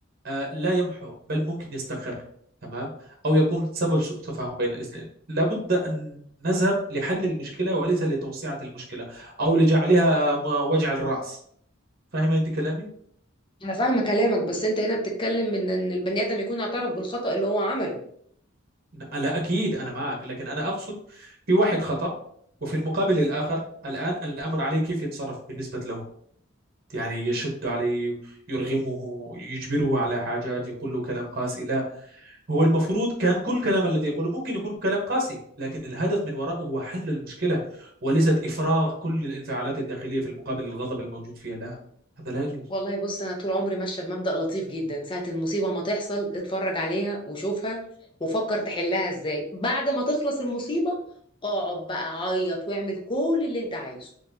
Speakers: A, on the right; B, on the left.
A: آه، لا يمحو بل ممكن يستقر تمام أو يكون سبب سوء تفاهم بين الاثنين لابد أن نذهب لحل المشكلة وليس لتوسعة المشكلة أو لجعلها م- وجع الرأس فاهمة أنت كلامي؟
B: انا فاهمه كلامك بس انت هنا بتتكلم من ان البني ادم يكون اعترف بالخطأ اللي هو عمله
A: لا أكيد أنا معك لكن أنا أقصد في واحد خطأ وفي المقابل الآخر الآن الأمر عليه كيف يتصرف بالنسبة له يعني يشد عليه يرغمه يجبره على حاجات يقول له كلام قاسي لا هو المفروض كان كل كلام الذي يقوله ممكن يكون كلام قاسي لكن الهدف من وراءه هو حل المشكلة وليست إفراغ كل الانفعالات الداخلية في المقابل الغضب الموجود فيها لا هذا لا يجوز
B: والله بص انا طول عمري ماشيه بمبدأ لطيف جدا ساعه المصيبه ما تحصل اتفرج عليها وشوفها وفكر تحلها ازاي بعد ما تخلص المصيبه اقعد بقى عيط واعمل كل اللي انت عايزه